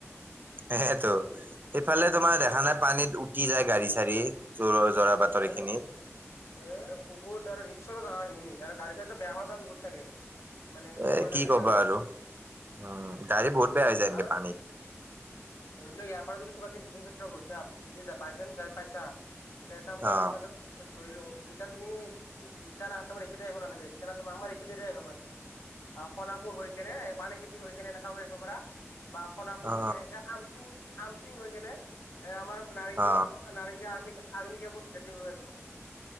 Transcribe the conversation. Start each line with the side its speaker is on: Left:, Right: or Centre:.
Right: সেইহেতো,
Left: উম,
Right: সেইফালে তোমাৰ দেখা নাই পানীত উটি যায়, গাড়ী- চাৰি জ, জৰা। বাটৰ
Left: হ, এ,
Right: এইখিনিত
Left: বহুত আৰু ৰিক্সৰ জগা সিনি আৰু গাড়ী-চাৰিটো বেয়া হোৱা চান্স বহুত থাকে। মানে ক'বই
Right: এ, কি
Left: নালাগে
Right: ক'বা আৰু উম, গাড়ী বহুত বেয়া হৈ যায় এনেকে
Left: আৰু
Right: পানীত।
Left: ধৰি লও ইয়াৰ পৰা যদি কিবা কে জুবিন ক্ষেত্ৰ গৈচা, যদি বাইচান্স যাই পাইছা তে, এটা মই।
Right: অ
Left: <unintelligible> তুমি <inaudible> <unintelligible> <unintelligible> অ সোণাপুৰ হৈ কেনে পানীখাইটি হৈ কেনে এনেকা হৈ আহিব পাৰা। বা সোণাপুৰ
Right: অ
Left: হৈ কেনে আমচিং আমচিং হৈ কেনে এ আমাৰ নাৰেংগী।
Right: অ
Left: নাৰেংগীয়া আৰ্ম আৰ্মি কেমপৰ ভিতৰদিহৈ আহিব পাৰে।